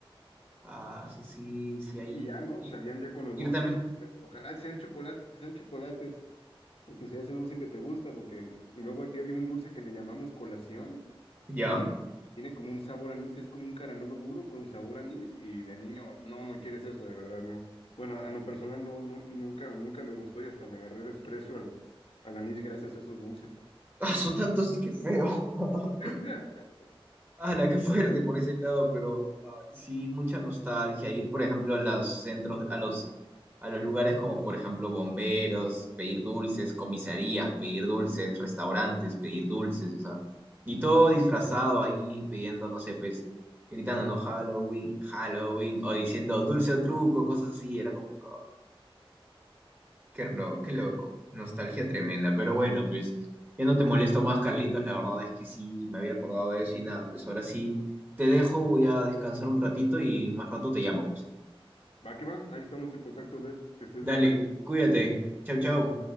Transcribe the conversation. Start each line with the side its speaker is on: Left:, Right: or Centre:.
Right: Ah, eso sí, sí, ahí.
Left: Y ya, ¿no?
Right: Y,
Left: Salían ya con los
Right: ir
Left: dulces
Right: también.
Left: y ojalá sean chocolates, que sean chocolates, o que sea ese dulce que te gusta, porque luego aquí había un dulce que le llamamos colación
Right: ¿Ya?
Left: que
Right: <laughs>
Left: tiene como un sabor a anís, es como un caramelo duro con sabor a anís y de niño, no, no quieres eso, de verdad, no. Bueno, a lo personal no, no, nunca, nunca me gustó y hasta le agarré desprecio al, al anís gracias a esos dulces.
Right: Ah, son tantos, sí que feo. <laughs>
Left: <laughs>
Right: la qué fuerte por ese lado, pero ay, sí, mucha nostalgia. Ir, por ejemplo, a los centros, a los, a los lugares como, por ejemplo, bomberos, pedir dulces, comisarías, pedir dulces, restaurantes, pedir dulces, o sea, y todo disfrazado ahí, pidiendo, no sé, pues, gritando, no, Halloween, Halloween, o diciendo dulce o truco, cosas así. Era como que, Qué, ro- qué loco, nostalgia tremenda. Pero bueno, pues ya no te molesto más, Carlitos. La verdad es que sí, me había acordado de eso y nada, pues ahora sí te dejo, voy a descansar un ratito y más rato te llamo, pues.
Left: Va que va, ahí estamos en contacto de él, que estés
Right: Dale,
Left: bien.
Right: cuídate. Chau, chau.